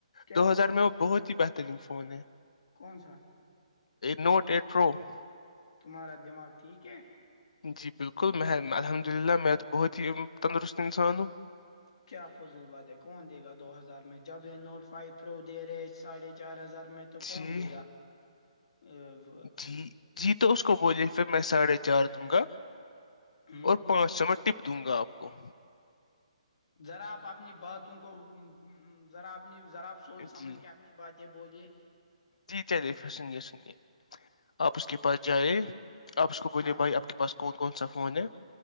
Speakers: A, on the left; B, on the left.
A: کیا
B: دو ہزار میں وہ بہت ہی بہترین فون ہے
A: کون سا <unintelligible>
B: نوٹ ای پرو <unintelligible>
A: تمہارا دماغ ٹھیک ہے
B: جی بالکل میں الحمد للہ میں تو بہت ہی تندرست انسان ہوں
A: کیا فضول بات ہے کون دے گا دو ہزار میں جب یہ نوٹ فائیو پرو دے رہے ساڑھے چار ہزار میں تو تو کون
B: جی
A: دے گا ا <unintelligible>
B: جی جی تو اس کو بولیے پھر میں ساڑھے چار دوں گا
A: ہوں
B: اور پانچ سو میں ٹپ دوں گا آپ کو
A: ذرا آپ اپنی باتوں کو ذرا اپنی ذراپ سوچ سمجھ
B: جی
A: کے <unintelligible> اپنی باتیں بوولے <unintelligible>
B: جی چلیےھر سنے سنیے آپ اس کے پاس جائی آپ اس کو بوولے
A: ہاں
B: بھائی آپ کے پاس کوکت کون س فون ہے